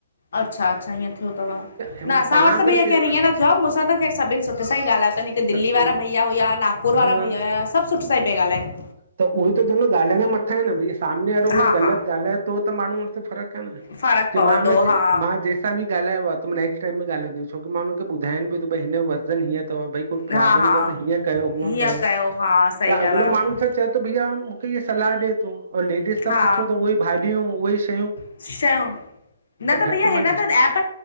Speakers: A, on the left; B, on the right.
A: अच्छा अच्छा ईअं थियो थव,
B: हिनमहिल
A: न असां
B: तव्हां
A: वट त
B: अगरि
A: भईया
B: के
A: खैर इंअं न थियो, मूंसां त खैर सभिन सुठे सां ई ॻाल्हयो तन हिक दिल्ली
B: त उहो
A: वारा भईया हुया, नागपुर वारा
B: हा
A: भईया हुया, सब सुठे सां इ पया ॻाल्हाइन।
B: त उहो त चव न ॻाल्हाइण जे मथां आहे न भई सामने वारो
A: हा
B: ग़लत
A: हा
B: ॻाल्हाए थो त माण्हू हुन फ़र्क
A: फ़र्क़ु
B: दिमाग
A: पवंदो
B: <unintelligible> जे
A: हा
B: मां जैस बि ॻालायो आ त नेक्स़ट टाइम बि ॻालंदुस छो कि मां हुन खे ॿुधायन बि थो भई हिन जो वज़न हीअं थव, भई को
A: हा
B: प्रॉब्लम
A: हा
B: थव त हीअं कयो हूअं
A: हीअं
B: कयो
A: हा सही
B: त अॻलो
A: ॻाल्हि आहे
B: माण्हू अच्छा चयो त भईया मूंखे इहा सलाह ॾे थो ऐं लेडीस खां
A: हा
B: पुछो त उहे भाॼियूं उअइ श
A: <unintelligible> न त भैया
B: घटि
A: हिन
B: में
A: त एप